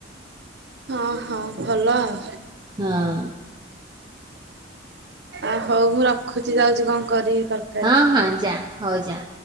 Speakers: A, on the right; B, on the right.
A: ହଁ ହଁ ଭଲ ଆଉ।
B: ହଁ।
A: ଆ ହଉ ମୁଁ ରଖୁଚି। ଯାଉଚି କଣ କରିବି ତର
B: ହଁ ହଁ ଯା ହଉ ଯା।